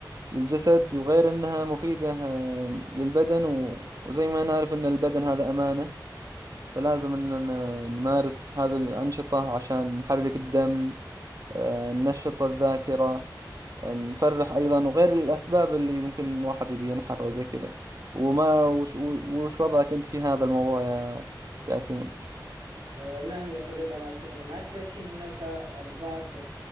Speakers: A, on the right; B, on the right.
A: للجسد وغير أنها مفيدة آم، للبدن و... وزي ما نعرف أن البدن هذا أمانة فلازم أننا نمارس هذه الأنشطة عشان نحرك الدم آه، ننشط الذاكرة نفرح أيضا وغير الأسباب اللي ممكن الواحد يبي ينحف أو زي كذا وما وش, وش وضعك أنت في هذا الموضوع يا ياسين
B: آه، نعم يا صديقي أنا أتفق معك لكن هناك البعض آه،